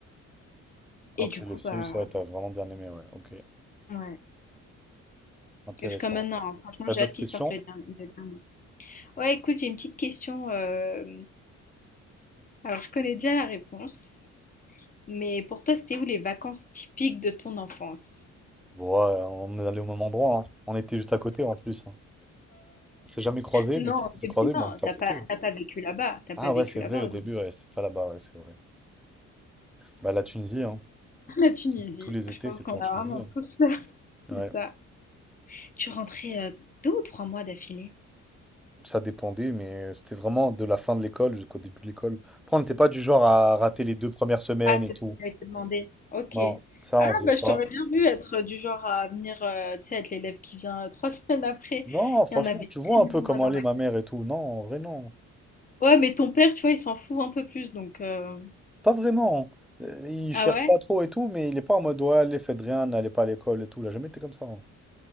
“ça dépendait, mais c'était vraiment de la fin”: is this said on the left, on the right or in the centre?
Centre